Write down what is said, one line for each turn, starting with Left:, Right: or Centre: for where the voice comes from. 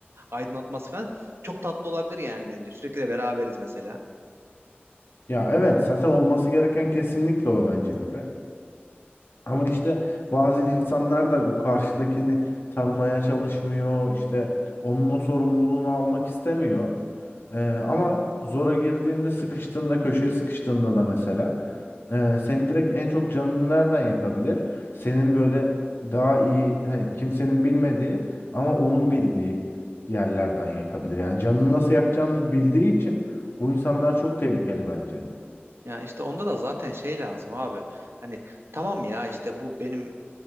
Right: aydınlatması falan çok tatlı olabilir yani bence. Sürekli de beraberiz mesela.
Left: Ya evet zaten olması gereken kesinlikle o bence Emre. Ama işte bazı insanlar da bu karşıdakini tanımaya çalışmıyor. işte onun o sorumluluğunu almak istemiyor. Ee, ama zora girdiğinde, sıkıştığında, köşeye sıkıştığında da mesela e, senin direkt en çok canını nereden yakabilir? Senin böyle daha iyi, hani kimsenin bilmediği ama onun bildiği yerlerden yakabilir. Yani canını nasıl yakacağını bildiği için bu insanlar çok tehlikeli bence.
Right: Ya işte onda da zaten şey lazım abi. Hani tamam ya işte bu benim